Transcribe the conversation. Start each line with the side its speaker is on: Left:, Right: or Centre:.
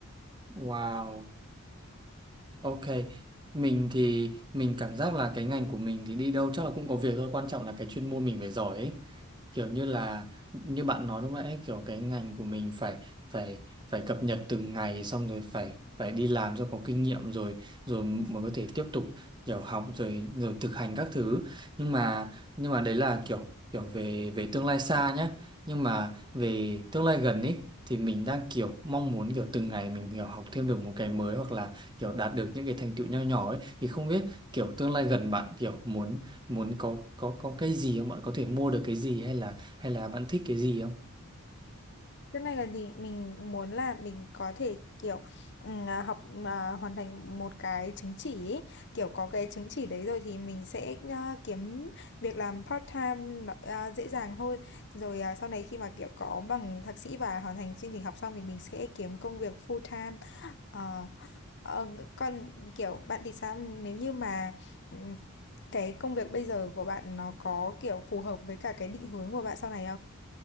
Right: Wow. Ok, mình thì mình cảm giác là cái ngành của mình thì đi đâu chắc là cũng có việc thôi, quan trọng là cái chuyên môn mình phải giỏi ấy. Kiểu như là như bạn nói lúc nãy ấy, kiểu cái ngành của mình phải phải phải cập nhật từng ngày xong rồi phải phải đi làm cho có kinh nghiệm rồi rồi mới có thể tiếp tục kiểu học rồi rồi thực hành các thứ. Nhưng mà nhưng mà đấy là kiểu kiểu về về tương lai xa nhá. Nhưng mà về tương lai gần ấy thì mình đang kiểu mong muốn kiểu từng ngày mình kiểu học thêm được một cái mới hoặc là kiểu đạt được những cái thành tựu nho nhỏ ấy thì không biết kiểu tương lai gần bạn kiểu muốn muốn có có có cái gì không bạn có thể mua được cái gì hay là hay là bạn thích cái gì không
Left: Thế này là thì mình muốn là mình có thể kiểu ừm, à, học à, hoàn thành một cái chứng chỉ ấy. Kiểu có cái chứng chỉ đấy rồi thì mình sẽ à, kiếm việc làm part time nó- à, dễ dàng hơn. Rồi à, sau này khi mà kiểu có bằng thạc sĩ và hoàn thành chương trình học xong thì mình sẽ kiếm công việc full time Ờ, ờ, còn kiểu bạn thì sao nếu như mà ừm, cái công việc bây giờ của bạn nó có kiểu phù hợp với cả cái định hướng của bạn sau này